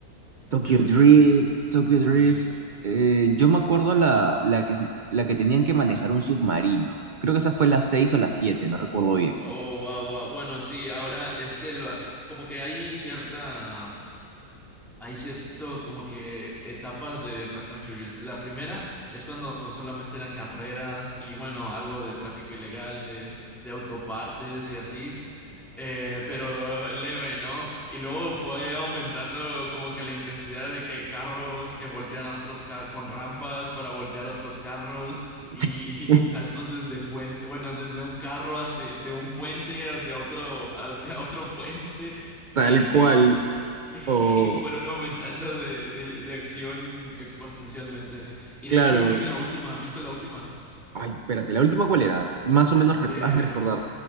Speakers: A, in the centre; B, on the right (about 80°).
A: Y Tokyo
B: Tokyo
A: Drift
B: Drift,
A: es,
B: Tokyo Drift.
A: sí.
B: eh, yo me acuerdo la, la que, su- la que tenían que manejar un submarino. Creo que esa fue la 6 o la siete, no recuerdo bien.
A: Oh, wow, wow. Bueno, sí, ahora es que lo- como que hay cierta, hay cierto como que etapas de Fast and Furious. La primera es cuando solamente eran carreras y bueno, algo de tráfico ilegal, de, de autopartes y así. eh, pero leve, ¿no? Y luego fue aumentando como que la intensidad de que carros que voltean a otros carros con rampas para voltear a otros carros
B: <laughs>
A: y, <laughs> y- y saltos desde puen- bueno, desde un carro hacia, de un puente hacia otro, <laughs> hacia otro puente
B: Tal
A: y así
B: cual.
A: <laughs>
B: O,
A: y fueron aumentando de, de, de acción exponencialmente. Y
B: claro.
A: de hecho yo me vi la última, ¿viste la última?
B: Ay, espérate, ¿la última cuál era? Más o menos, recu-
A: Eh,
B: hazme recordar.